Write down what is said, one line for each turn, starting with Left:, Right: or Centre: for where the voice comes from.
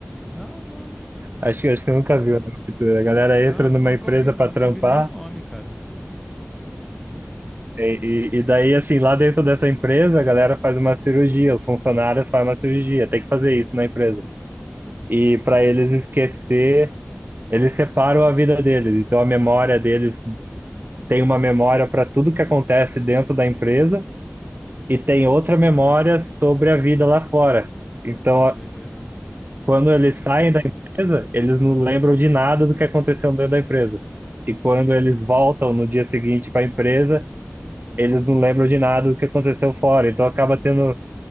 Centre: Não, não.
Right: Acho que, acho que eu nunca vi né, Ruptura. A galera
Centre: Não,
Right: entra numa
Centre: nunca
Right: empresa
Centre: ouvi,
Right: para
Centre: nunca
Right: trampar,
Centre: ouvi nem o nome, cara.
Right: e, e, e daí, assim, lá dentro dessa empresa, a galera faz uma cirurgia, os funcionários fazem uma cirurgia, tem que fazer isso na empresa.
Centre: Hum,
Right: E para eles esquecer, eles separam a vida deles. Então, a memória deles tem uma memória para tudo que acontece dentro da empresa e tem outra memória sobre a vida lá fora. Então,
Centre: nossa, que doideira.
Right: Quando eles saem da empresa, eles não lembram de nada do que aconteceu dentro da empresa. E quando eles voltam no dia seguinte para a empresa, eles não lembram de nada do que aconteceu fora. Então acaba tendo